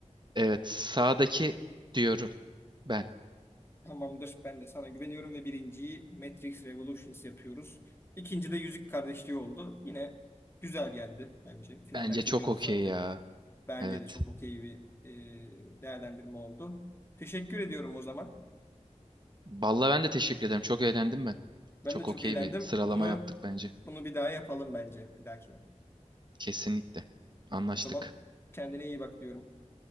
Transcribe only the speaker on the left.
Tamamdır. Ben de sana güveniyorum ve birinciyi Matrix Revolutions yapıyoruz. İkinci de Yüzük Kardeşliği oldu. Yine güzel geldi bence. Final
hak
ediyordu
zaten.
Bence
de çok okey bir e, değerlendirme oldu. Teşekkür ediyorum o zaman.
Ben
de çok
eğlendim.
Bunu
bunu bir daha yapalım bence bir dahakine.
O zaman kendine iyi bak diyorum.